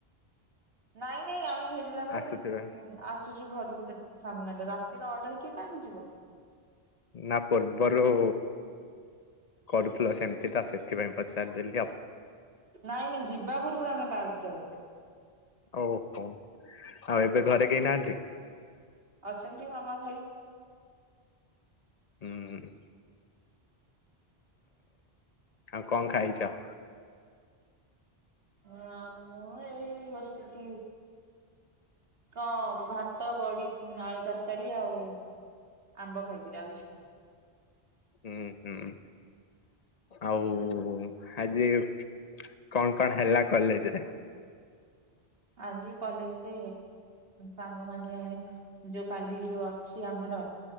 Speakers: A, on the right; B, on the left.
A: ନାଇଁ ନାଇଁ ଆମେ ଫେରିଲା ବେଳେ
B: ଆସୁଥିବେ
A: ଆସୁଛୁ ଘରକୁେ <unintelligible> ସାମ୍ନାରେ ରାତି ନଅଟାରେ କିଏ କାହା ଘରକୁଯିବ।
B: ନା ପୂର୍ବରୁ। କରୁଥିଲ ସେମିତି ତ ସେଥିପାଇଁ ପଚାରିଦେଲି ଆଉ।
A: ନାଇଁ ନାଇଁ ଯିବା ପୂର୍ବରୁ ଆମେ ପାର୍କ ଯାଉ।
B: ଓହୋ ଆଉ ଏବେ ଘରେ କେହି ନାହାନ୍ତି।
A: ଅଛନ୍ତି ମାମା, ଭାଇ।
B: ହୁଁ ଆଉ କଣ ଖାଇଛ।
A: ନା ମ ଏଇ ବସିକି। କଣ ଭାତ, ବଡି ଆଳୁ, ତରକାରୀ ଆଉ। ଆମ୍ବ ଖାଇଥିଲି ଆଉ କିଛି ଖାଇି।
B: ହୁଁ ହୁଁ। ଆଉ ଆଜି କଣ କଣ ହେଲା କଲେଜ ରେ।
A: ଆଜି କଲେଜରେ ସାଙ୍ଗମାନେ ଯୋଉ କାଲି ଯୋଉ। ଅଛି ଆମର